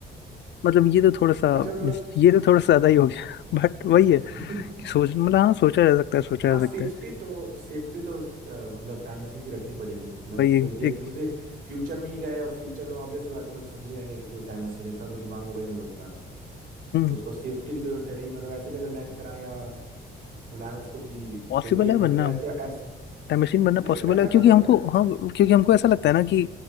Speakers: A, on the left; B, on the right.
A: मतलब ये तो थोड़ा सा
B: अच्छा मतलब
A: ये तो थोड़ा सा ज्यादा ही हो गया <laughs> बट वही है
B: <laughs>
A: कि सोच मतलब हाँ सोचा जा सकता है सोचा
B: हाँ
A: जा
B: सेफ्टी
A: सकता है
B: तो सेफ्टी तो अ, मतलब टाइम मशीन की रखनी पड़ेगी मतलब
A: भाई
B: कि
A: एक,
B: कोई देखने
A: एक
B: जैसे फ्यूचर में ही गए और फ्यूचर में ऑब्वियस सी बात है लोग समझ ही जाएंगे कि वो टाइम मशीन है इतना तो दिमाग हो गई उन लोग के पास
A: हम्म
B: तो उसको सेफ्टी की जरूरत है ये मतलब ऐसे जगह लैंड कराएं या बुलाएं उसको कि
A: पॉसिबल
B: कोई देख
A: है बनना
B: ना पाए तो ऐसा
A: टाइम मशीन
B: फिर
A: बनना
B: नहीं
A: पॉसिबल
B: तो ऐसा
A: है
B: कर
A: क्योंकि
B: सकते
A: हमको
B: ना
A: हाँ क्योंकि हमको ऐसा लगता है ना कि